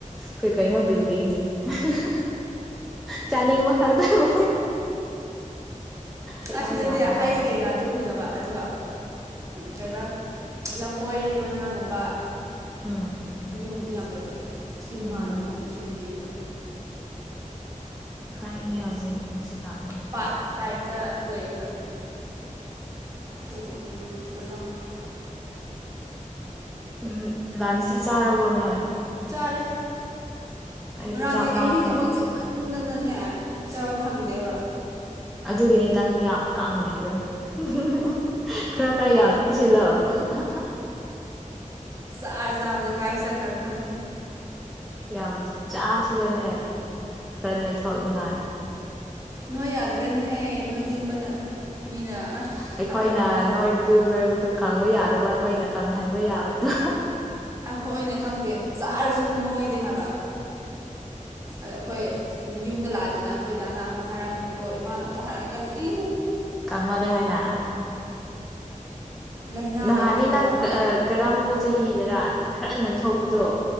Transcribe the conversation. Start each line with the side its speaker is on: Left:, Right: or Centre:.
Centre: ꯀꯩꯀꯥꯏꯅꯣ <unintelligible> ꯑ ꯍꯥ ꯍꯥ ꯍꯥ ꯍꯥ ꯑꯥ ꯍꯥ ꯍꯥ <inaudible> ꯆꯥꯅꯤꯡꯕ ꯈꯛꯇꯪ ꯍꯩꯅꯧ
Right: ꯑꯁꯤꯗꯗꯤ
Centre: ꯌꯥꯝꯕꯗꯣ
Right: ꯍꯩ ꯀꯩꯀꯥꯟꯁꯦ ꯎꯗꯕ ꯑꯗꯨꯒ ꯀꯩꯕ ꯂꯐꯣꯏ ꯃꯅꯥꯒꯨꯝꯕ
Centre: ꯎꯝ
Right: ꯑꯗꯨꯒꯨꯝꯕꯗꯤ ꯌꯥꯝ ꯂꯩꯕ ꯁꯤ
Centre: ꯎꯝ
Right: ꯃꯥꯜ ꯑꯃꯨꯛ ꯁꯤꯗ ꯌꯩꯔꯒ
Centre: ꯈꯔ ꯏꯪꯉꯦ ꯍꯧꯖꯤꯛ ꯅꯨꯡꯁꯤꯠ ꯂꯥꯛ
Right: ꯄꯥꯠ ꯇꯥꯏꯝ ꯇ ꯂꯩꯌꯦꯕ ꯑꯩꯈꯣꯏꯗ ꯒꯣ ꯗꯥꯎꯟꯗ <unintelligible>
Centre: ꯎꯝ ꯂꯟꯁꯇꯤ ꯆꯥꯔꯕꯣꯅꯣꯏ
Right: ꯆꯔꯦ
Centre: ꯑꯩꯗꯤ
Right: ꯉꯔꯥꯡꯗꯤ
Centre: ꯆꯥꯛ ꯂꯥꯝꯃꯦ
Right: ꯑꯩꯒꯤ ꯊꯕꯛ ꯆꯦꯞ ꯃꯥꯟꯅ ꯎ ꯅ ꯅꯅꯦ ꯆꯕ ꯐꯪꯗꯦꯕ
Centre: ꯑꯗꯨꯒꯤꯅꯦ ꯅꯪ ꯌꯥꯝ ꯀꯪ꯭ꯔꯤꯗꯣ ꯍꯨ ꯍꯨ ꯍꯨ ꯈꯔ ꯈꯔ ꯌꯥꯝ ꯆꯁꯤꯂꯣ ꯍꯥ ꯍꯥ ꯍꯥ
Right: ꯆꯥꯔ ꯆꯥꯕꯗ ꯀꯥꯏ ꯆꯀ꯭ꯔꯔ ꯈꯖꯦ
Centre: ꯌꯥꯝ ꯆꯥꯁꯤꯂꯅꯦ ꯈꯔ ꯅꯩꯊꯣꯛꯅꯤꯉꯥꯏ
Right: ꯅꯣꯏ ꯌꯥꯗ꯭ꯔꯦꯅꯦꯍꯦ ꯅꯣꯏ ꯅꯤꯡꯕꯅ ꯃꯤꯅ ꯑꯁ
Centre: ꯑꯩꯈꯣꯏꯅ
Right: ꯍꯥꯏꯃꯥꯟꯗꯅ
Centre: ꯅꯣꯏꯕꯗꯨ ꯅꯣꯏꯕꯗꯨ ꯀꯪꯕ ꯌꯥꯗꯕ ꯑꯩꯈꯣꯏꯅ ꯀꯪꯍꯟꯕ ꯌꯥꯕꯗꯣ
Right: ꯑꯩꯈꯣꯏꯅ ꯈꯪꯗꯦ ꯆꯥꯔꯁꯨ ꯅꯣꯏꯗꯦ ꯍꯥꯏꯕ ꯑꯗ ꯑꯩꯈꯣꯏ ꯌꯨꯝꯗ ꯂꯥꯛꯑꯗꯅ ꯑꯩꯈꯣꯏ ꯗꯥꯅ ꯑꯃꯨꯛ ꯍꯥꯏꯔꯛꯀꯅꯤꯀꯣ ꯏꯃꯥꯅ ꯑꯃꯨꯛ ꯍꯥꯏꯔꯛꯀꯅꯤ ꯏ
Centre: ꯀꯥꯡꯃꯂꯦ ꯍꯥꯏꯅ
Right: ꯂꯥꯏꯅꯥ
Centre: ꯅꯥꯍꯟꯅ
Right: ꯂꯩꯖꯥꯠꯅꯨꯀꯣ
Centre: ꯅꯪ
Right: ꯍꯥꯏꯔꯛꯇꯣꯏꯅꯦ
Centre: ꯑ ꯀꯔꯝꯕ ꯆꯍꯤ ꯐꯤꯗꯔꯥꯟ ꯈꯔ ꯅꯣꯏꯊꯣꯛꯄꯗꯣ